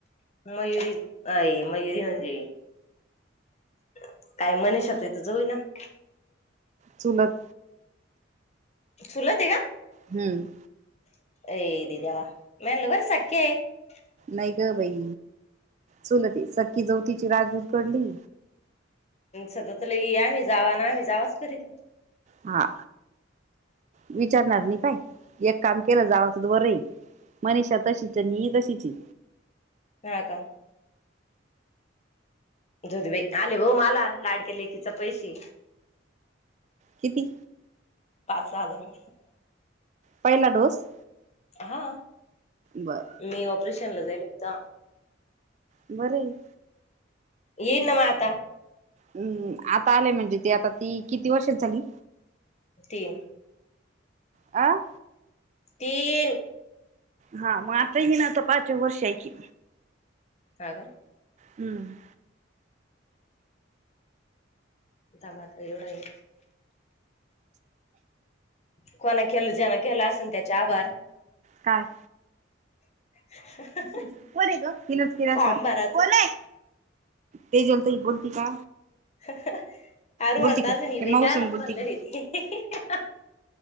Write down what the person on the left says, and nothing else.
मयुरी आहे, मयुरी म्हणजे <unintelligible>
चुलत आहे का?
<unintelligible>
सध्या तर लई आम्ही जावा आम्ही जावा करित
हा का? दुध बे आले हो माला लाडक्या लेकीचे पैसे.
पाच हजार.
हा
मी ऑपरेशनला जाईले. जा.
ये ना म आता.
तीन.
तीन...
ह का.
थांब आता ऐवढय. कोणा केलं ज्यान केलं असन त्याचे आभार.
<unintelligible>
फॉर्म
भरायचं
<unintelligible>